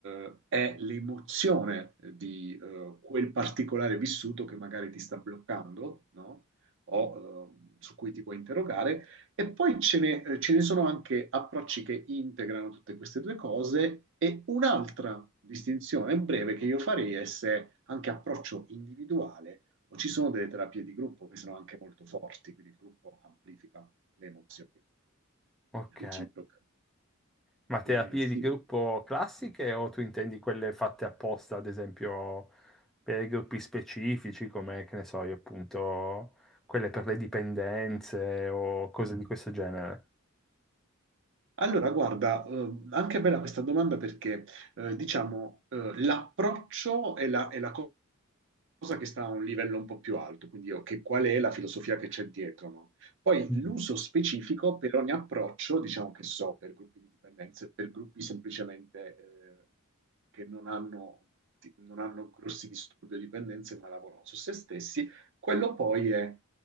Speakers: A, on the right; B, in the centre.
A: eh, è l'emozione di eh, quel particolare vissuto che magari ti sta bloccando, no? O eh, su cui ti puoi interrogare. E poi ce ne, eh, ce ne sono anche approcci che integrano tutte queste due cose. E un'altra distinzione breve che io farei è se anche approccio individuale o ci sono delle terapie di gruppo che sono anche molto forti, quindi il gruppo amplifica le emozioni
B: ok.
A: reciproche.
B: Ma terapie
A: Eh, sì.
B: di gruppo classiche o tu intendi quelle fatte apposta, ad esempio, per i gruppi specifici, come, che ne so, io appunto, quelle per le dipendenze o cose di questo genere?
A: Allora, guarda, eh, anche bella questa domanda perché, eh, diciamo, eh, l'approccio e la, e la cosa che sta a un livello un po' più alto, quindi io, che- qual è la filosofia che c'è dietro, no? Poi
B: Mm.
A: l'uso specifico per ogni approccio, diciamo che so, per gruppi di dipendenze, per gruppi semplicemente eh, che non hanno, non hanno grossi disturbi o dipendenze, ma lavorano su se stessi, quello poi è,